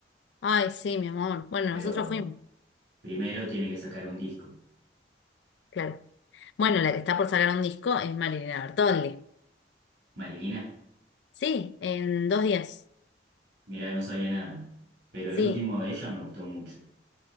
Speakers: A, on the left (about 80°); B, on the right (about 80°).
A: Ay, sí, mi amor. Bueno,
B: pero
A: nosotros fuimos,
B: primero tiene que sacar un disco.
A: claro. Bueno, la que está por sacar un disco es Marilina Bertoldi.
B: Marilina,
A: Sí, en dos días.
B: mira, no sabía nada, pero
A: Sí.
B: el último de ella me gustó mucho.